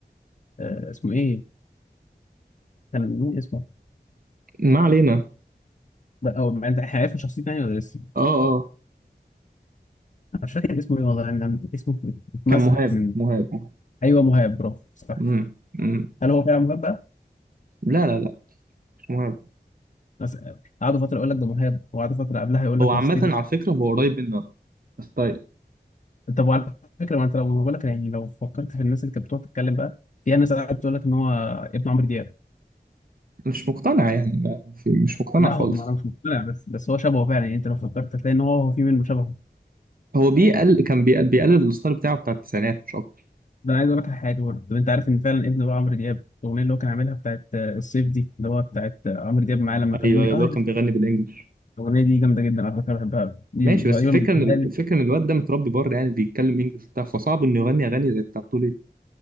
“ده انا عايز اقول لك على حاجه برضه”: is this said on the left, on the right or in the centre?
Left